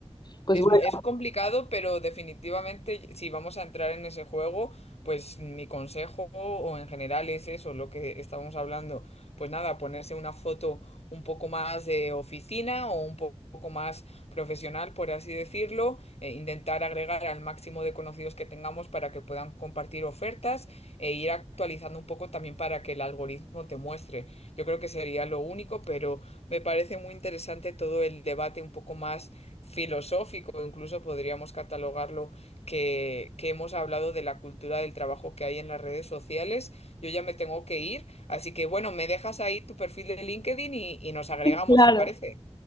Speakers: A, on the left (about 40°); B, on the left (about 70°).
A: pues
B: Es,
A: bueno,
B: mu- es complicado, pero definitivamente si vamos a entrar en ese juego, pues mi consejo o en general es eso, lo que estábamos hablando. Pues nada, ponerse una foto un poco más de oficina o un po- poco más profesional, por así decirlo, e intentar agregar al máximo de conocidos que tengamos para que puedan compartir ofertas e ir actualizando un poco también para que el algoritmo te muestre. Yo creo que sería lo único, pero me parece muy interesante todo el debate un poco más filosófico, incluso podríamos catalogarlo, que, que hemos hablado de la cultura del trabajo que hay en las redes sociales. Yo ya me tengo que ir, así que bueno, me dejas ahí tu perfil de LinkedIn y, y nos agregamos,
A: Claro,
B: ¿te parece?